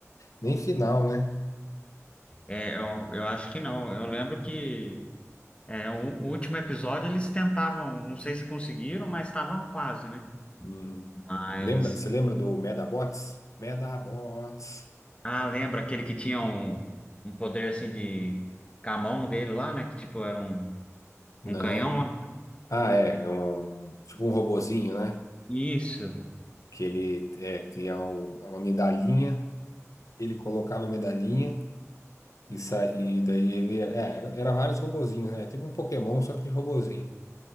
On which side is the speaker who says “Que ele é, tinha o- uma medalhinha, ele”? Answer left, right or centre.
Left